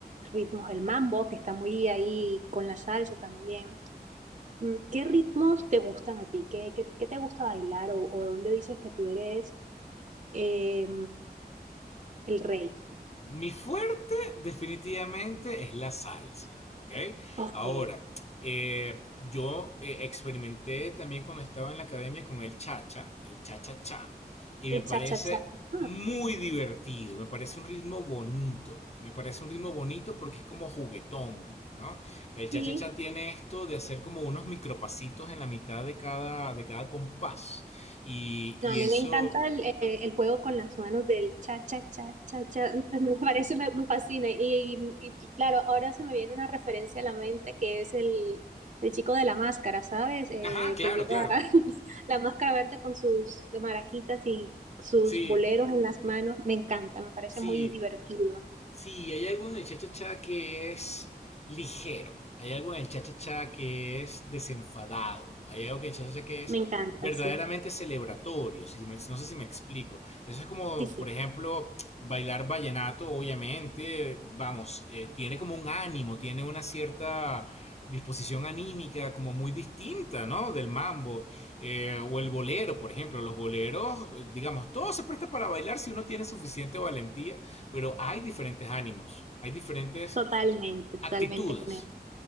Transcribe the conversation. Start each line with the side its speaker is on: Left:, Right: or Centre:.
Right: ritmos del mambo, que está muy ahí con la salsa también. Mm, ¿Qué ritmos te gustan a ti? ¿Qué, qué- qué te gusta bailar o, o dónde dices que tú eres eh, el rey.
Left: Mi fuerte definitivamente es la salsa, ¿ok?
Right: Ok,
Left: Ahora, eh, yo eh, experimenté también cuando estaba en la academia con el cha cha, el cha-cha-cha, y
Right: el
Left: me parece
Right: cha-cha-cha. Ah,
Left: muy divertido, me parece un ritmo bonito. Me parece un ritmo bonito porque es como juguetón, ¿no? El cha-cha-cha
Right: sí,
Left: tiene esto de hacer como unos micropasitos en la mitad de cada, de cada compás. Y,
Right: no,
Left: y
Right: a mí
Left: eso...
Right: me encanta el, eh, el juego con las manos del cha-cha-cha-cha-cha. <laughs> Me parece, me, me fascina. Y, y- y, claro, ahora se me viene una referencia a la mente que es el, el chico de la máscara, ¿sabes? Eh,
Left: Ajá, claro,
Right: que lleva
Left: claro.
Right: <laughs> la máscara verde con sus maraquitas y sus
Left: Sí,
Right: boleros en las manos. Me encanta, me parece
Left: sí,
Right: muy divertido.
Left: Sí, hay algo en el cha-cha-cha que es ligero. Hay algo en el cha-cha-cha que es desenfadado. Hay algo que en el cha-cha-cha que es
Right: Me encanta,
Left: verdaderamente
Right: sí.
Left: celebratorio. si me- no sé si me explico. Eso es como,
Right: Sí, sí,
Left: por ejemplo, bailar vallenato, obviamente, vamos, eh, tiene como un ánimo, tiene una cierta disposición anímica como muy distinta, ¿no? Del mambo. Eh, o el bolero, por ejemplo, los boleros, digamos, todo se presta para bailar si uno tiene suficiente valentía, pero hay diferentes ánimos, hay diferentes
Right: totalmente,
Left: actitudes.
Right: totalmente con